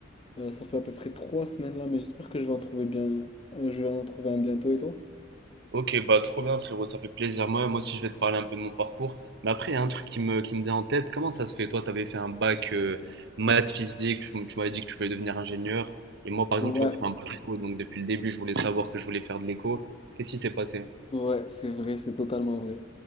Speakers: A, on the left; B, on the right.
A: Euh, ça fait à peu près trois semaines là, mais j'espère que je vais en trouver bien. euh, je vais en trouver un bientôt et toi?
B: Ok, bah trop bien, frérot, ça fait plaisir. Moi, moi aussi, je vais te parler un peu de mon parcours. Mais après, il y a un truc qui me, qui me vient en tête. Comment ça se fait? Toi, t'avais fait un bac euh, maths physique, tu, tu m'avais dit que tu voulais devenir ingénieur. Et moi, par exemple,
A: Ouais,
B: tu vois, j'ai fait un bac éco, donc depuis le début, je voulais savoir que je voulais faire de l'éco. Qu'est-ce qui s'est passé?
A: ouais, c'est vrai, c'est totalement vrai.